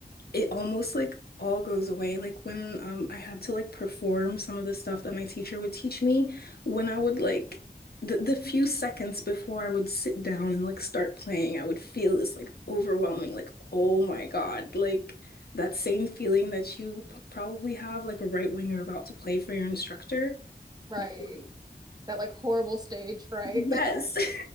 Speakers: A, on the left; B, on the right.
A: it almost like all goes away. Like when um I had to like perform some of the stuff that my teacher would teach me, when I would like the, the few seconds before I would sit down and like start playing, I would feel this like overwhelming, like, oh my God, like that same feeling that you p- probably have like right when you're about to play for your instructor.
B: right.
A: But, like,
B: That like horrible stage fright.
A: Yes. <laughs>